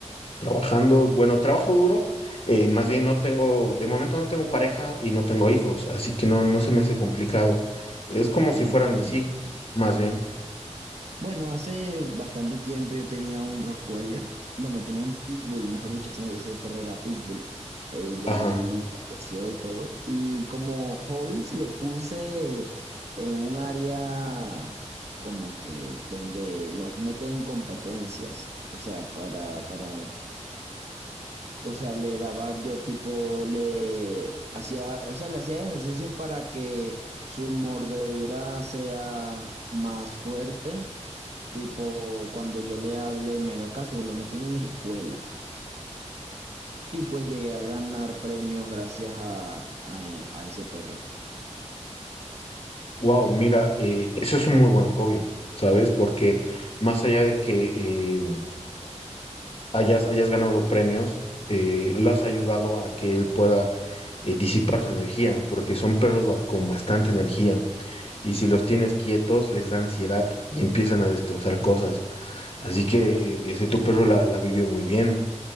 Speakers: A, on the left; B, on the right.
A: trabajando, bueno, trabajo duro, eh, más bien no tengo, de momento no tengo pareja y no tengo hijos, así que no, no se me hace complicado. Es como
B: Ah,
A: si fueran
B: ok,
A: mis hijos,
B: ok.
A: más bien.
B: Bueno, hace bastante tiempo yo tenía un Rottweiler, bueno, tenía un Pitbull, mejor dicho, ese, ese perro era Pitbull. Eh, ya
A: Ajá.
B: él falleció y todo. Y como hobbies lo puse en un área como que donde los meten en competencias. O sea, para, para, o sea, le daba yo tipo, le hacía, o sea, le hacía ejercicios para que su mordedura sea más fuerte Tipo, cuando yo le hablé, me haga caso, lo metí en una escuela. Y pues llegué a ganar premios gracias a, a, a ese perro.
A: Wow, mira, eh, eso es un muy buen hobby, ¿sabes? Porque más allá de que eh, hayas, hayas ganado premios, eh, lo has ayudado a que él pueda eh, disipar su energía, porque son perros ba- con bastante energía. Y si los tienes quietos, les da ansiedad y empiezan a destrozar cosas. Así que eh, ese tu perro la, la vivió muy bien